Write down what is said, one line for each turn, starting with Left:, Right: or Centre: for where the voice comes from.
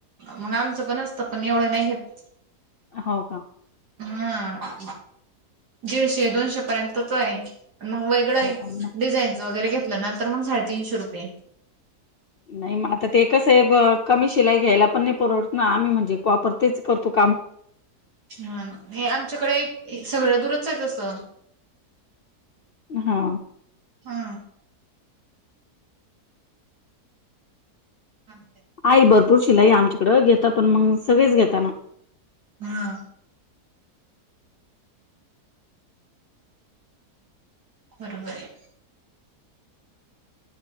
Right: मग आमचं पण असत पण एवढं नाही घेत.
Left: हो का
Right: हा दीडशे दोनशे पर्यंतच आहे मग वेगळं
Left: हो
Right: आहे.
Left: का नाही
Right: डिझानंच वगैरे घलं तर मग साडेतीनशे रुपये
Left: नाही मग आता कस ते एकच आहे कमी शिलाई घ्यायला पण नाही परवडत ना आम्ही म्हणजे वापरतेच करतो काम
Right: ह हे आमच्याकडे सगळं दूरच आहे कसं
Left: हा
Right: हा हां
Left: आई भरपूर शिलाई आमच्याकडं घेता पण मग सगळेच घेताना
Right: हा बरोबर आहे.